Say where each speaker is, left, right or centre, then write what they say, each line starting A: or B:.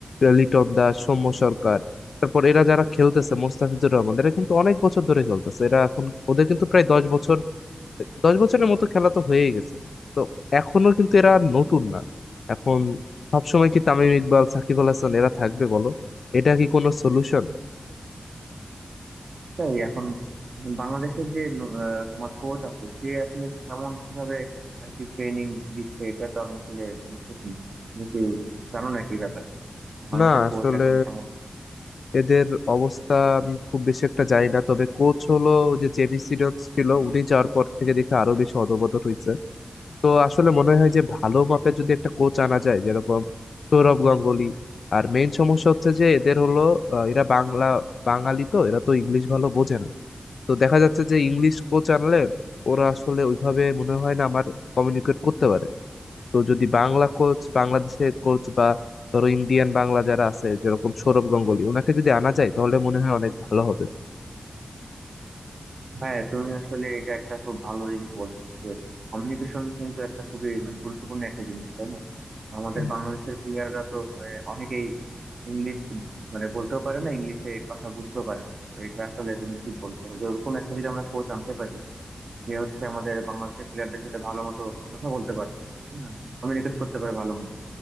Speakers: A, on the left (about 90°); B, on the right (about 65°).
A: লিটন দাস সৌম্য সরকার তারপর এরা যারা খেলতেছে মোস্তাফিজুর রহমান এরা কিন্তু অনেক বছর ধরে খেলতেছে এরা এখন ওদের কিন্তু প্রায় দশ বছর দশ বছরের মতো খেলা তো হয়েই গেছে তো এখনো কিন্তু এরা নতুন না এখন সবসময় কি তামিম ইকবাল সাকিব আল হাসান এরা থাকবে বলো এটা কি কোনো সলিউশন
B: তাই এখন বাংলাদেশের যে ন- আহ, তোমার কোচ আছে সে আসলে কেমন কিভাবে আর কি ট্রেনিং দিচ্ছে এটা তো আমি আসলে বুঝতেছি না তুমি কি জানো নাকি ব্যাপার বাংলাদেশের
A: না আসলে
B: কোচ এখন কেমন কি
A: এদের অবস্থা আমি খুব বেশি একটা জানি না তবে কোচ হলো ওই যে জেমি সিডন্স ছিল উনি যাওয়ার পর থেকে দেখে আরো বেশি অধপতন হয়েছে তো আসলে মনে হয় যে ভালো মাপের যদি একটা কোচ আনা যায় যেরকম সৌরভ গাঙ্গুলি আর মেইন সমস্যা হচ্ছে যে এদের হলো আহ, এরা বাংলা বাঙালি তো এরা তো ইংলিশ ভালো বোঝে না তো দেখা যাচ্ছে যে ইংলিশ কোচ আনলে ওরা আসলে ওইভাবে মনে হয় না আমার কমিউনিকেট করতে পারে তো যদি বাংলা কোচ বাংলাদেশের কোচ বা ধরো ইন্ডিয়ান বাংলা যারা আছে যেরকম সৌরভ গাঙ্গুলী ওনাকে যদি আনা যায় তাহলে মনে হয় অনেক ভালো হবে
B: হ্যাঁ তুমি আসলে এটা একটা খুব ভালো জিনিস বলছো যে কমিউনিকেশন কিন্তু একটা খুবই মানে গুরুত্বপূর্ণ একটা জিনিস তাই না আমাদের
A: হ্যাঁ
B: বাংলাদেশের প্লেয়াররা তো মানে অনেকেই ইংলিশ মানে বলতেও পারে না ইংলিশে কথা বুঝতেও পারে না তো এটা আসলে তুমি ঠিক বলছো যে ওরকম একটা যদি আমরা কোচ আনতে পারি যে হচ্ছে আমাদের বাংলাদেশের প্লেয়ারদের সাথে ভালো মতো কথা বলতে পারবে কমিউনিকেট করতে পারে ভালো মতো